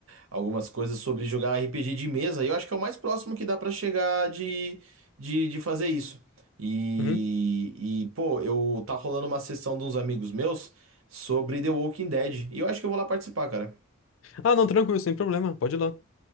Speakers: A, on the right; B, on the left.
A: algumas coisas sobre jogar RPG de mesa, e eu acho que é o mais próximo que dá pra chegar de, de, de fazer isso. E,
B: Uhum.
A: e, pô, eu tá rolando uma sessão de uns amigos meus sobre The Walking Dead, e eu acho que eu vou lá participar, cara.
B: Ah, não, tranquilo, sem problema, pode ir lá.